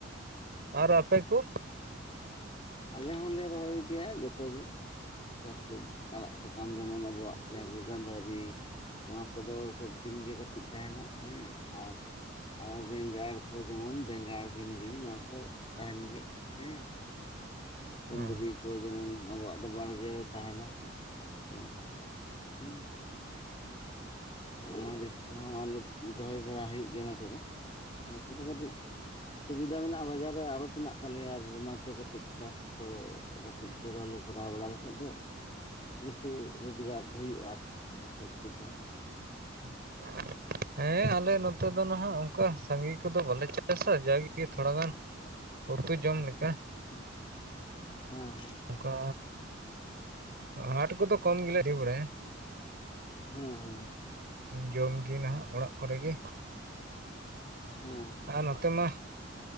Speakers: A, on the right; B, on the left.
A: ᱟᱨ ᱟᱯᱮ ᱠᱳ ᱾
B: ᱟᱞᱮ ᱦᱚᱞᱮ ᱨᱚᱦᱚᱭ ᱜᱮᱭᱟ ᱡᱚᱛᱚ ᱜᱮ ᱾ <unintelligible> ᱟᱲᱟᱜ ᱥᱟᱠᱟᱢ ᱡᱮᱢᱚᱱ ᱟᱵᱚᱣᱟᱜ ᱡᱟᱜᱮ ᱜᱟᱱᱫᱟᱹᱨᱤ ᱱᱚᱣᱟ ᱠᱚᱫᱚ ᱥᱚᱵᱫᱤᱱᱜᱮ ᱠᱟᱹᱴᱤᱡ ᱛᱟᱦᱮᱱᱟ ᱦᱮᱸ ᱟᱨ ᱟᱨ ᱵᱮᱝᱜᱟᱲ ᱠᱚ ᱡᱮᱢᱚᱱ ᱵᱮᱝᱜᱟᱲ ᱵᱷᱤᱱᱰᱤ ᱱᱚᱣᱟ ᱠᱚ ᱛᱟᱦᱮᱱ ᱜᱮᱭᱟ ᱦᱮᱸ ᱾
A: ᱦᱮᱸ
B: ᱠᱩᱱᱫᱨᱤ ᱠᱚ ᱡᱮᱢᱚᱱ ᱟᱵᱚᱣᱟᱜ ᱫᱚ ᱵᱟᱲᱜᱮ ᱨᱮ ᱛᱟᱦᱮᱱᱟ ᱱᱚᱣᱟ ᱫᱚ ᱦᱸ ᱢᱟᱹᱨᱤᱪ ᱠᱚᱦᱚᱸ ᱟᱞᱮ ᱨᱚᱦᱚᱭ ᱵᱟᱲᱟ ᱦᱩᱭᱩᱜ ᱜᱮᱭᱟ ᱱᱚᱛᱮ ᱫᱚ ᱱᱚᱛᱮ ᱫᱚ ᱠᱟᱹᱴᱤᱡ ᱥᱩᱵᱤᱫᱟ ᱢᱮᱱᱟᱜᱼᱟ ᱵᱟᱡᱟᱨ ᱨᱮ ᱟᱲᱚᱛ ᱢᱮᱱᱟᱜ ᱛᱟᱞᱮᱭᱟ ᱟᱨ ᱚᱱᱟᱛᱮ ᱠᱟᱹᱴᱤᱡ ᱪᱟᱥ ᱠᱚ ᱠᱟᱹᱴᱤᱡ ᱡᱚᱨᱟᱞ ᱠᱚᱨᱟᱣ ᱵᱟᱲᱟ ᱞᱮᱠᱷᱟᱡ ᱫᱚ ᱠᱤᱪᱷᱩ ᱨᱳᱡᱽᱜᱟᱨ ᱦᱩᱭᱩᱜᱼᱟ ᱥᱚᱵᱡᱤ ᱛᱮᱦᱚᱸ
A: <unintelligible> ᱦᱮᱸ ᱟᱞᱮ ᱱᱚᱛᱮ ᱫᱚ ᱱᱟᱦᱟᱜ ᱚᱱᱠᱟ ᱥᱟᱸᱜᱤ ᱠᱚᱫᱚ ᱵᱟᱞᱮ ᱪᱟᱥᱟ ᱡᱟᱜᱮ ᱛᱷᱚᱲᱟ ᱜᱟᱱ ᱩᱛᱩ ᱡᱚᱢ ᱞᱮᱠᱟ
B: ᱦᱮᱸ ᱦᱮᱸ ᱦᱮᱸ
A: ᱚᱱᱠᱟ ᱦᱟᱴ ᱠᱚᱫᱚ ᱠᱚᱢ ᱜᱮᱞᱮ ᱤᱫᱤ ᱵᱟᱲᱟᱭᱟ
B: ᱦᱮᱸ ᱦᱮᱸ
A: ᱡᱚᱢᱜᱮ ᱱᱟᱦᱟᱜ ᱚᱲᱟᱜ ᱠᱚᱨᱮᱜᱮ
B: ᱦᱮᱸ
A: ᱟᱨ ᱱᱚᱛᱮ ᱢᱟ